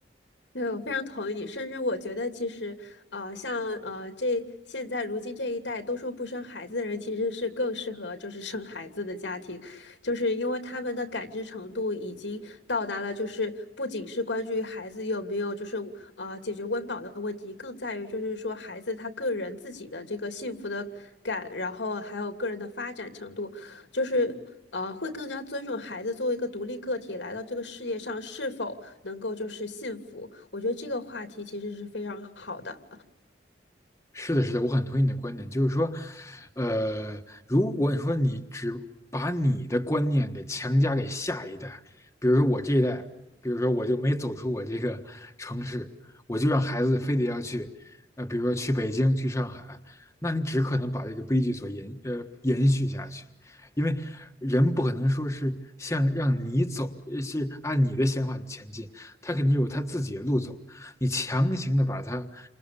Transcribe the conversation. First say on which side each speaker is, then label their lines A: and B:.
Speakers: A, on the left (about 85°); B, on the left (about 15°).
A: 对，我非常同意你，甚至我觉得其实，呃，像呃这现在如今这一代都说不生孩子的人，其实是更适合就是生孩子的家庭，就是因为他们的感知程度已经到达了，就是不仅是关注于孩子有没有就是呃解决温饱的问题，更在于就是说孩子他个人自己的这个幸福的感，然后还有个人的发展程度，就是。呃，会更加尊重孩子作为一个独立个体来到这个世界上是否能够就是幸福。我觉得这个话题其实是非常好的。
B: 是的，是的，我很同意你的观点，就是说，呃，如果你说你只把你的观念给强加给下一代，比如说我这一代，比如说我就没走出我这个城市，我就让孩子非得要去，呃，比如说去北京、去上海，那你只可能把这个悲剧所延呃延续下去，因为人不可能说是像让你走，呃是按你的想法前进，他肯定有他自己的路走。你强行的把他